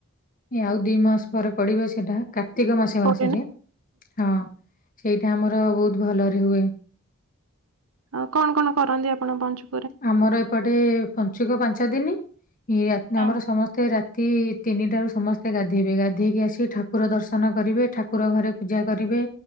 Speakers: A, on the left (about 40°); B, on the right (about 85°).
A: ଆଉ ଦିଇ ମାସ ପରେ ପଡ଼ିବ ସେଟା କାର୍ତ୍ତିକ ମାସ
B: ପଡେ
A: ମାସରେ
B: ନା
A: ହଁ। ସେଇଟା ଆମର ବହୁତ ଭଲରେ ହୁଏ।
B: ଆଉ କଣ କଣ କରନ୍ତି ଆପଣ ପଞ୍ଚୁକ
A: ଆମର ଏପଟେ ପଞ୍ଚୁକ ପାଞ୍ଚ ଦିନ, ଇଏ
B: ହଁ।
A: ଆମର ସମସ୍ତେ ରାତି ତି ତିନିଟାରୁ ସମସ୍ତେ ଗାଧେଇବେ ଗାଧେଇକି ଆସି ଠାକୁର ଦର୍ଶନ କରିବେ ଠାକୁର ଘରେ ପୂଜା କରିବେ,